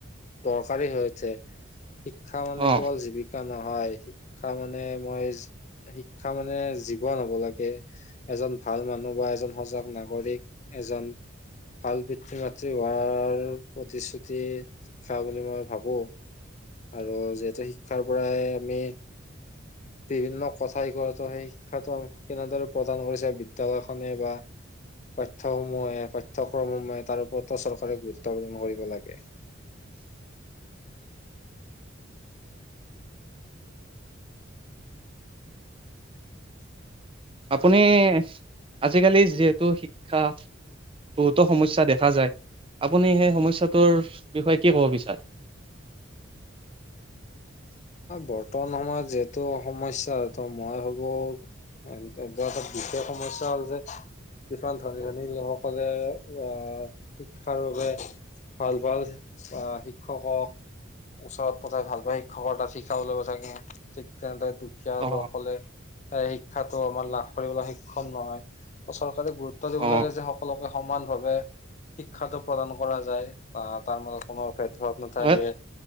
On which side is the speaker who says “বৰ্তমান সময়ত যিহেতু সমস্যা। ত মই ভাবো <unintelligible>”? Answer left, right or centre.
Left